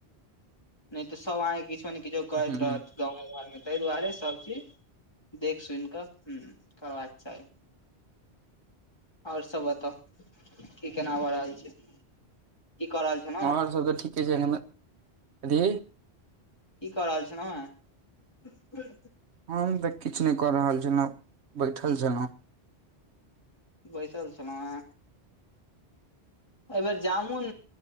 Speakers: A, on the left; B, on the right.
A: नैय तऽ सब अइ किछो नैय किछो करत
B: ह
A: रहत गाँव घरमे ताहि दुआरे सब चीज देख सुन कऽ हूं करबाक चाही और सब बताउ की केना भऽ रहल छैय। की कऽ रहल छैय।
B: हमर सबके तऽ ठीके छैय, एखन दी
A: की कऽ रहल छलेह।
B: हम तऽ किछ नैय कऽ रहल छलहुँ बैठल छलहुँ।
A: बसल छलाह एहिबेर जामुन